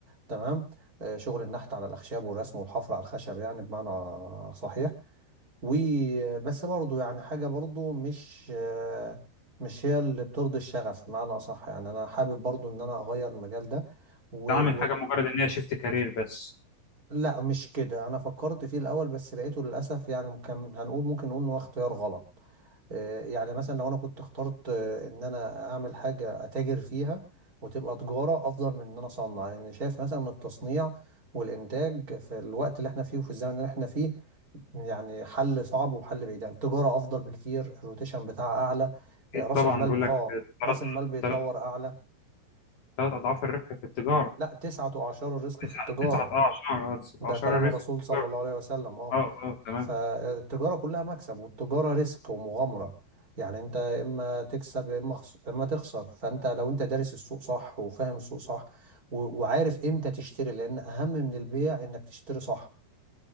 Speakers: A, on the right; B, on the left.
A: تمام آه، شغل النحت على الاخشاب والرسم والحفر على الخشب يعني بمعنى صحيح وبس برضو يعني حاجة برضو مش آه، مش هي اللي بترضي الشغف بمعنى أصح يعني أنا حابب برضو إن أنا أغير المجال ده و...
B: تعمل حاجه
A: و...
B: مجرد ان هي شيفت كارير بس
A: لا مش كده أنا فكرت فيه الأول بس لقيته للأسف يعني كان هنقول ممكن نقول إن هو اختيار غلط آه، يعني مثلا لو أنا كنت اخترت آه، إن أنا أعمل حاجة أتاجر فيها وتبقى تجارة أفضل من إن أنا أصنع لأن يعني شايف مثلا إن التصنيع والإنتاج في الوقت اللي إحنا فيه وفي الزمن اللي إحنا فيه يعني حل صعب وحل بعيد يعني التجارة أفضل بكتير الروتيشن بتاعها أعلى آه،
B: اكيد
A: رأس
B: طبعا
A: المال
B: بيقول لك
A: آه
B: ثلاث
A: رأس المال بيتدور
B: ثلاث
A: أعلى
B: ثلاث اضعاف الربح في التجاره
A: لا تسعة أعشار الرزق
B: تسعه
A: في التجارة
B: تسعه اعشار اه تسعه
A: ده
B: اعشار
A: كلام
B: الريسك
A: الرسول
B: في
A: صلى
B: التجاره
A: الله عليه وسلم آه
B: اه اه تمام
A: فالتجارة كلها مكسب والتجارة ريسك ومغامرة يعني أنت إما تكسب يا إما خس- إما تخسر فأنت لو أنت دارس السوق صح وفاهم السوق صح و- وعارف إمتى تشتري لأن أهم من البيع إنك تشتري صح